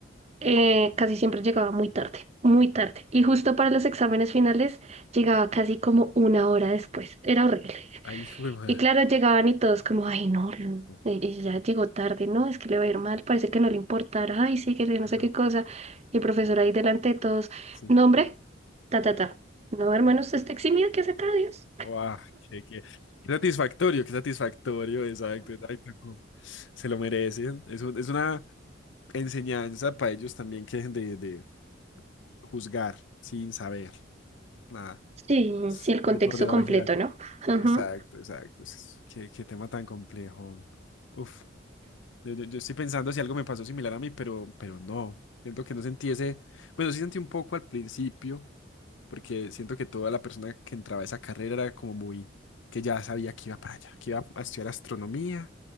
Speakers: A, on the right; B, on the left.
A: Eh, casi siempre llegaba muy tarde, muy tarde. Y justo para los exámenes finales llegaba casi como una hora después. Era horrible.
B: Ay, hijo de madre.
A: Y claro, llegaban y todos como, ay, no, Lu,
B: No.
A: eh, eh, ya llegó tarde, ¿no? Es que le va a ir mal, parece que no le importara, ay, sí, que yo
B: Ajá,
A: no sé qué cosa. Y el profesor ahí delante de todos,
B: sí.
A: nombre, ta, ta, ta. No, hermano, usted está eximido, que hace acá, Dios.
B: Guau, qué, qué- qué satisfactorio, qué satisfactorio, exacto, exacto, como Se lo merecen. Es, un- es una enseñanza para ellos también que dejen de, de juzgar sin saber nada,
A: Sí, sí, el contexto
B: de por debajear.
A: completo, ¿no? Ajá.
B: Exacto, exacto. es- Qué, qué tema tan complejo. Uf. Yo, yo- yo estoy pensando si algo me pasó similar a mí, pero, pero no. Siento que no sentí ese. Bueno, sí sentí un poco al principio, porque siento que toda la persona que entraba a esa carrera era como muy. que ya sabía que iba para allá, que iba a estudiar astronomía